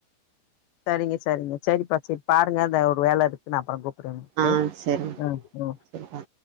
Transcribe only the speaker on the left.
சரிங்க சரிங்க சரிப்பா சரி பாருங்க இந்தா ஒரு வேல இருக்கு நா அப்பற கூப்பட்றே உங்களுக்கு